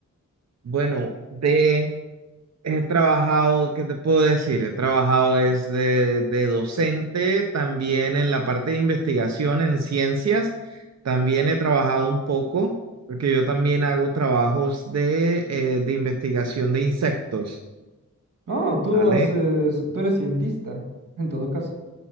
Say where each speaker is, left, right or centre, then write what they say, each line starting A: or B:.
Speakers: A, on the right; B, on the right.
A: Bueno, de he trabajado, ¿qué te puedo decir? He trabajado es de, de docente, también en la parte de investigación en ciencias, también he trabajado un poco, porque yo también hago trabajos de, eh, de investigación de insectos,
B: No, tú
A: ¿vale?
B: haces, tú eres cientista, en todo caso.